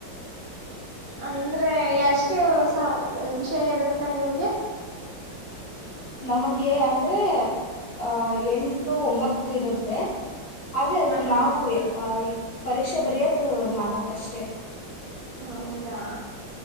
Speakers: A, on the right; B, on the left.
A: ಅಂದ್ರೆ ಎಷ್ಟು ವಿಷಯ ಇರುತ್ತ ನಿಮ್ಗೆ
B: ನಮಗೆ ಅಂದ್ರೆ ಅಹ ಎಂಟು ಒಂಬತ್ತು ಇರುತ್ತೆ ಹ ಆದ್ರೆ ಅದ್ರಲ್ಲಿ
A: ಹ ಹಾ
B: ನಾವು ಆಹ ಪರೀಕ್ಷೆ ಬರೆಯೋದು ನಾಲ್ಕಷ್ಟೆ.
A: ಹೌದಾ